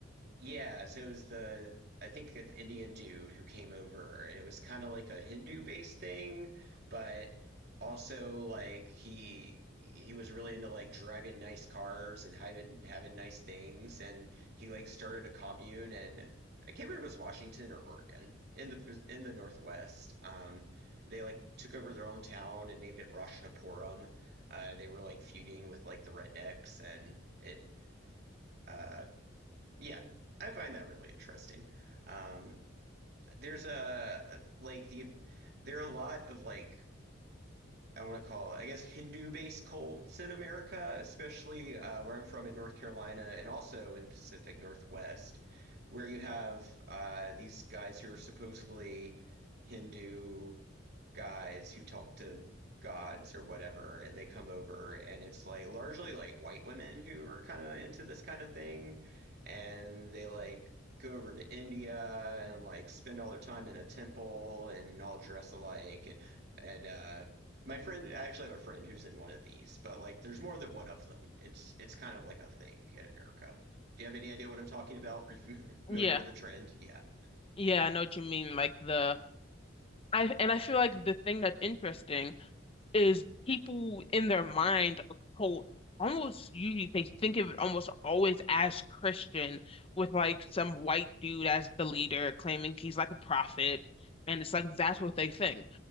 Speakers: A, on the right; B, on the left.
A: yeah, so it was the I think the Indian dude who came over, and it was kind of like a Hindu-based thing, but also like he he was really into like driving nice cars and having having nice things, and he like started a commune, and I can't remember if it was Washington or Oregon in the in the Northwest. Um, they like took over their own town and named it Roshnapuram. Uh, they were like feuding with like the rednecks, and it uh, yeah, I find that really interesting. Um, there's a like the there are a lot of like I want to call it, I guess Hindu-based cults in America, especially uh, where I'm from in North Carolina and also in the Pacific Northwest, where you have uh, these guys who are supposedly Hindu guys who talk to gods or whatever, and they come over, and it's like largely like white women who are kind of into this kind of thing, and they like go over to India and like spend all their time in a temple and all dress alike, and and uh, my friend, I actually have a friend who's in one of these, but like there's more than one of them. It's it's kind of like a thing in America. Do you have any idea what I'm talking about? Are you familiar, familiar
B: Yeah.
A: with the trend? Yeah.
B: Yeah, I know what you mean. Like the I and I feel like the thing that's interesting is people in their mind occult almost usually they think of it almost always as Christian with like some white dude as the leader claiming he's like a prophet and it's like that's what they think.